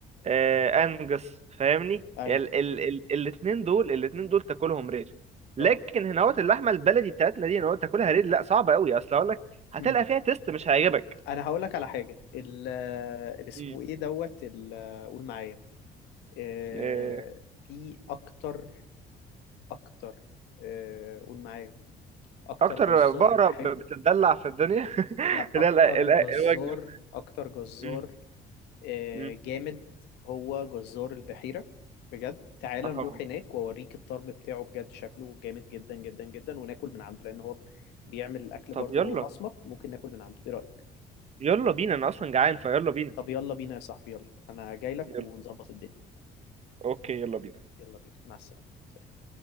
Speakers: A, on the right (about 40°); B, on the left (about 80°).
A: آه، انجس فاهمني
B: أيوه
A: ال ال ال الاتنين دول الاتنين دول تاكلهم رير لكن
B: اه
A: هنا اللحمه البلدي بتاعتنا دي هنا تاكلها رير لا صعبه قوي اصل هقول لك هتلقى
B: م.
A: فيها تيست مش هيعجبك
B: أنا هقول لك على حاجة ال اللي اسمه
A: مم.
B: إيه دوت ال- قول معايا آه،
A: آه،
B: في أكتر أكتر آه، قول معايا أكتر
A: اكتر
B: جزار
A: بقره
B: بحبه
A: ب- بتتدلع في الدنيا <laughs>
B: لا
A: لا
B: اكتر
A: لا لا،
B: جزار
A: الوجبه
B: اكتر جزار
A: مم،
B: آه،
A: مم.
B: جامد هو جزار البحيرة بجد تعال نروح
A: اه
B: هناك واوريك الطرب بتاعه بجد شكله جامد جدا جدا جدا وناكل من عنده لان هو بيعمل الاكل
A: طب
B: برضه
A: يلا
B: هو مصمت ممكن ناكل من عنده ايه رأيك
A: يلا بينا انا اصلا جعان فيلا بينا
B: طب يلا بينا يا صاحبي يلا انا جاي لك
A: يلا
B: ونظبط الدنيا
A: اوكي يلا بينا
B: يلا بينا مع السلامة سلام.